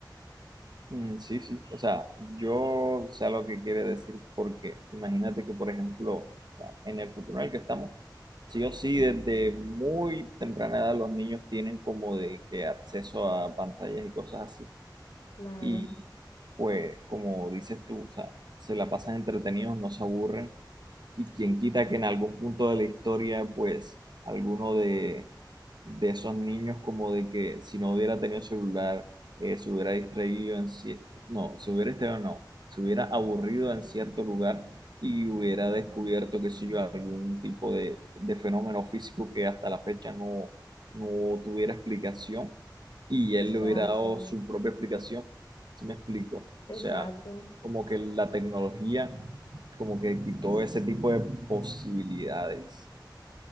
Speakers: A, on the right; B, on the left.
A: Mm, sí, sí. O sea, yo sé lo que quiere decir porque imagínate que, por ejemplo, o sea, en el futuro en el que estamos, Sí o sí,
B: Sí,
A: desde muy temprana edad los niños tienen como de que acceso a pantallas y cosas así.
B: claro.
A: Y pues, como dices tú, o sea, se la pasan entretenidos, no se aburren. Y quien quita que en algún punto de la historia, pues, alguno de, de esos niños, como de que si no hubiera tenido celular, eh, se hubiera distraído en cier- no, se hubiera distraído, no, se hubiera aburrido en cierto lugar y hubiera descubierto, qué sé yo, algún tipo de, de fenómeno físico que hasta la fecha no, no tuviera explicación y
B: Exacto,
A: él le hubiera dado su propia explicación, si me explico?
B: exacto.
A: O sea, como que la tecnología como que quitó ese tipo de posibilidades.